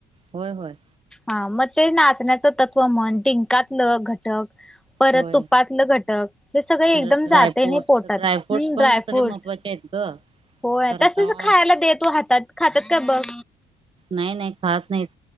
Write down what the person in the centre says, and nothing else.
हा मग ते नाचण्याच सत्त्व म्हण, डिंकातलं घटक परत
तुपातल घटक, हे सगळ एकदम
जातय नई पोटात.
हम्म.
ड्रायफ्रूटस
होय.
तसच,
खायला दे तु हातात खात्यात का बघ.